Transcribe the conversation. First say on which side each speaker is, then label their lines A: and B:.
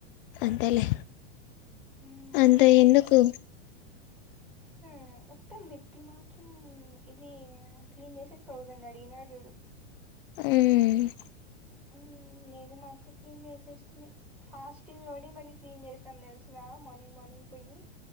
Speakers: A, on the left (about 55°); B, in the centre.
A: అంతేలేే
B: మ్మ్
A: అంతా ఎందుకు
B: ఆ ఒక మిది మాత్రం ఇది క్లీన్ చేసేకి తౌసండ్ అడిగినాడు చూడు
A: ఉమ్
B: ఉమ్ నేను మా అక్క క్లీన్ చేసేస్తిమి ఫాస్టింగ్ లో ఉండి మళ్ళీ క్లీన్ చేసినం తెల్సా నా మార్నింగ్ మార్నింగ్ పోయి